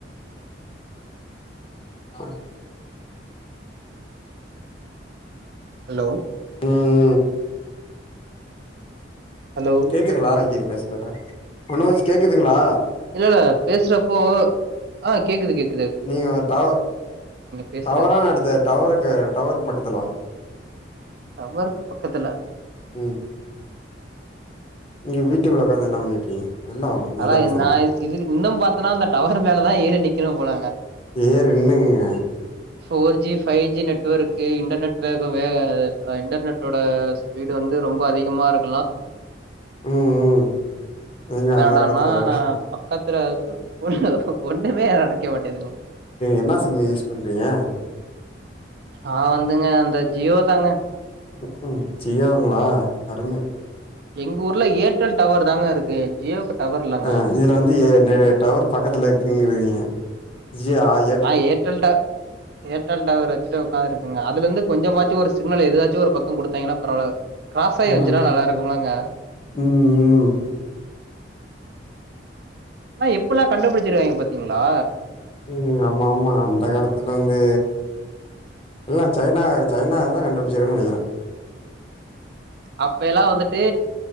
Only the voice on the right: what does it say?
ஹலோ
ஹலோ
இல்லல்ல பேசறப்போ ஆ கேக்குது கேக்
பேசுறது
டவருக்கு பக்கத்துல
அதாயின்
நா இது இதுகு இன்னம் பாத்தனா அந்த டவரு மேலதா ஏறி நிக்கிணும் போலங்க
four G five G network internet வேகோ வேக அது அ இன்டர்நெட்டோட ஸ்பீடு வந்து ரொம்ப அதிகமாருக்
என்னடானா
பக்கத்துல எதாச்சு ஒன்னு ஒன்னுமே நடக்வேமாட்டேதுங்க
ஆ வந்துங்க அந்த ஜியோ தாங்க
எங்கூர்ல ஏர்டெல் டவருதாங்க இருக்கு ஜியோக்கு டவர் இல்லங்க
ஆமா ஏர்டெல் ட ஏர்டெல் டவர் வெச்சுட்டு ஒக்காந்துருக்கங்க அதுலந்து கொஞ்சமாச்சு ஒரு சிக்னல் எதுலாச் சு ஒரு பக்கோங் குடுத்தாய்ங்கனாப் பரவாலே க்ராசாய்
வஞ்சுனா நல்லாருக்கும்லங்க
ஆனா எப்புல்லா கண்டுபுடிச்சிருகாய்ங்க பாத்திங்ளா
அப்ப எல்லா வந்துட்டு